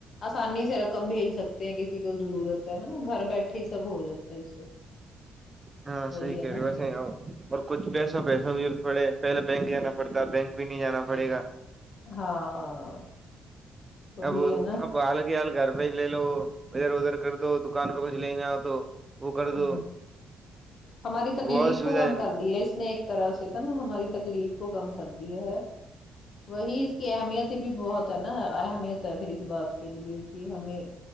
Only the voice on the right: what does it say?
ہاں
صحیح
کہہ
رہی ویسے اور کچھ پیسا
پیسہ پ پہلے بینک جانا پڑتا بینک بھی نہیں جانا پڑے گا
اب
اب حال کی حال گھر پہ ہی لے لو ادھر ادھر کر دو دکان پہ کچھ لے نہ آ تو وہ کر دو
بہت سویدھا
جنک